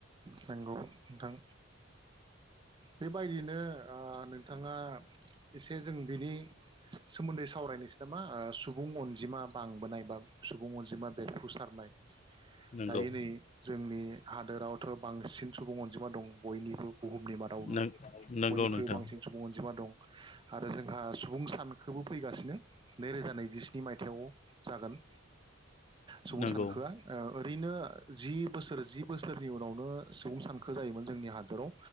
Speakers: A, on the right (about 25°); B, on the left (about 35°).
A: नोंगौ नोंथां बेबायदिनो ओ नोंथाङा जों बिनि सोमोन्दै सावरायनोसै नामा सुबुं अनजिमा बांबोनाय बा सुबुं अनजिमा बेरफुसारनाय
B: नोंगौ
A: दायो नै जोंनि हादोराव बांसिन सुबुं अनजिमा दं बयनिबो बुहुमनि मादावनो
B: नोंगौ
A: बयनिख्रुबो
B: नोंथां
A: बांसिन सुबुं अनजिमा दं आरो जोंहा सुबुं सानखोबो फैगासिनो नैरोजा नैजिस्नि मायथाइयाव जागोन सुबुं
B: नंगौ
A: सानखोआ ओ ओरैनो जि बोसोर जि बो जोंनि उनावनो सुबुं सानखो जायोमोन जोंनि हादराव